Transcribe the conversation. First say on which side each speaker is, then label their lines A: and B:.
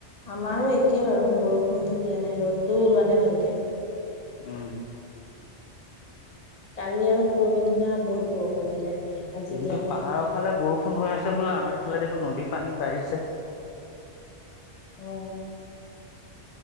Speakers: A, on the left; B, on the left.
A: আমাৰো একে বাৰু বৰষুণো দিয়া নাই ৰ'দটো ওলোৱা নাই ভালকে
B: উম।
A: কালি আৰু পৰহি দিনা বহুত বৰষুণ দিলে। আজি
B: কিন্তু
A: দিয়া নাই
B: পাহাৰৰ ফালে বৰষুণ ষুণ হৈ আছে বোলে আমাৰ ইফালে দেখোন নদী পানী বাঢ়িছে
A: অ